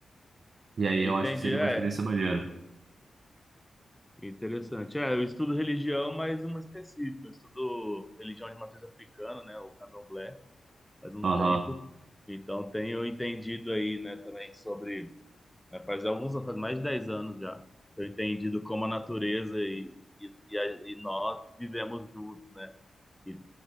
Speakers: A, on the right; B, in the centre.
A: E aí eu
B: Entendi,
A: acho que seria
B: é.
A: uma experiência maneira.
B: Interessante. É, eu estudo religião, mas uma específica. Eu estudo religião de matriz africana, né? O candomblé. faz um
A: Aham.
B: tempo. Então tenho entendido aí, né, também sobre, né, faz alguns faz mais de 10 anos já, tenho entendido como a natureza e, e, e, a, e nós vivemos juntos, né? E